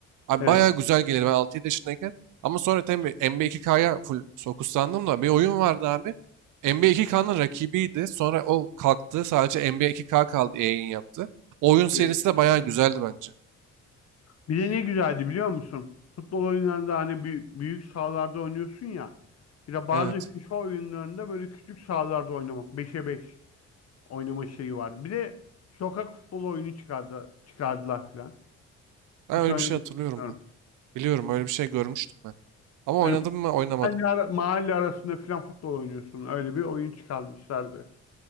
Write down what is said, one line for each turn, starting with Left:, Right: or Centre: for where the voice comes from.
Right: Abi
Left: Evet.
Right: bayağı güzel gelirdi ben 6-7 yaşındayken. Ama sonra tabii NBA 2K'ya full fokuslandım da bir oyun vardı abi. NBA 2K'nın rakibiydi. Sonra o kalktı. Sadece NBA 2K kaldı. E Yayın yaptı. O oyun serisi
Left: Evet.
Right: de bayağı güzeldi bence.
Left: Bir de ne güzeldi biliyor musun? Futbol oyunlarında hani büyük, büyük sahalarda oynuyorsun ya. Bir de bazı
Right: Evet.
Left: FIFA oyunlarında böyle küçük sahalarda oynamak. beşe 5 oynama şeyi vardı. Bir de sokak futbol oyunu çıkardı, çıkardılar filan.
Right: Ben
Left: Hiç
Right: öyle
Left: oynadım
Right: bir şey
Left: mı
Right: hatırlıyorum
Left: bilmiyorum.
Right: ben. Biliyorum öyle bir şey görmüştüm ben. Ama
Left: Böyle
Right: oynadım mı? Oynamadım.
Left: mahalle, ara- mahalle arasında filan futbol oynuyorsun. Öyle bir oyun çıkarmışlardı.